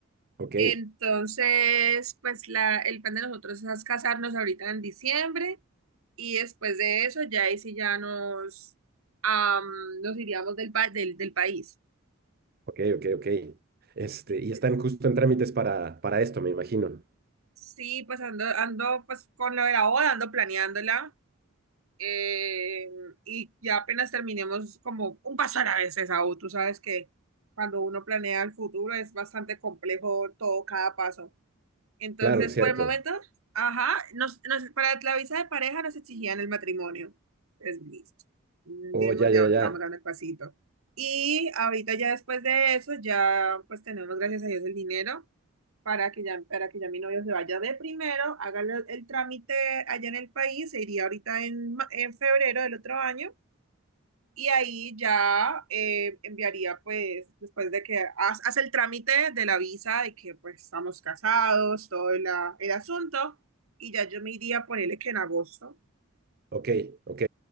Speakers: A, on the right; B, on the right.
A: Ok,
B: Entonces, pues la, el plan de nosotros es casarnos ahorita en diciembre Y después de eso, ya ahí sí ya nos, am, nos iríamos del, pa- del, del país.
A: ok, ok, ok. Este,
B: Y
A: y
B: pues
A: están justo en trámites para, para esto, me imagino.
B: sí, pues ando, ando pues con lo de la boda, ando planeándola. eh, y ya apenas terminemos como un paso a la vez, Esaú. Tú sabes que cuando uno planea el futuro es bastante complejo todo, cada paso. Entonces,
A: Claro, cierto.
B: por el momento, ajá, nos, nos- para la visa de pareja nos exigían el matrimonio. Es listo. Mm,
A: Oh,
B: digamos,
A: ya,
B: ya
A: ya,
B: estamos
A: ya.
B: dando el pasito. Y ahorita ya después de eso, ya pues tenemos, gracias a Dios, el dinero para que ya, para que ya mi novio se vaya de primero, haga el, el trámite allá en el país, se iría ahorita en, ma- en febrero del otro año y ahí ya eh, enviaría, pues, después de que ha- hace el trámite de la visa, de que pues estamos casados, todo la- el asunto, y ya yo me iría, ponerle que en agosto
A: Ok, ok.